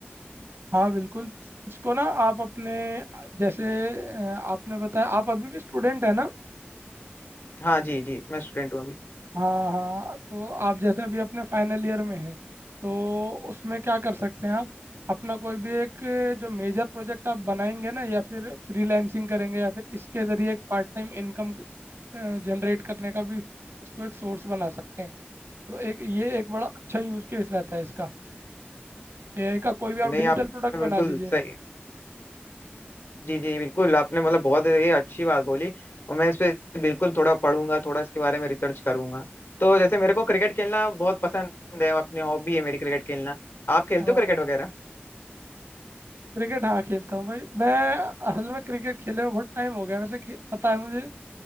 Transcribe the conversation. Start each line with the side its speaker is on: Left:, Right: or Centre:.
Right: हाँ बिल्कुल इसको ना आप अपने जैसे अ, आपने बताया आप अभी भी स्टूडेंट है ना
Left: हाँ जी जी मैं स्टूडेंट हूँ अभी
Right: हाँ हाँ तो आप जैसे अभी अपने फाइनल ईयर में है तो उसमें क्या कर सकते हैं आप अपना कोई भी एक जो मेजर प्रोजेक्ट आप बनाएंगे ना या फिर फ्रीलांसिंग करेंगे या फिर इसके जरिए एक पार्ट टाइम इनकम जनरेट करने का भी इसको एक सोर्स बना सकते हैं तो एक ये एक बड़ा अच्छा यूज केस रहता है इसका एआई का कोई भी
Left: नहीं
Right: आप डिजिटल
Left: आपने
Right: प्रोडक्ट
Left: बिल्कुल
Right: बना लीजिए
Left: सही जी जी बिल्कुल आपने मतलब बहुत ये अच्छी बात बोली और मैं इस पे बिल्कुल थोड़ा पढ़ूंगा थोड़ा इसके बारे में रिसर्च करूंगा तो जैसे मेरे को क्रिकेट खेलना बहुत पसंद है अपनी हॉबी है मेरी क्रिकेट खेलना आप खेलते
Right: हाँ
Left: हो क्रिकेट वगैरह
Right: क्रिकेट हाँ खेलता हूँ भाई मैं असल में क्रिकेट खेले हुए बहुत टाइम हो गया वैसे खे- पता है मुझे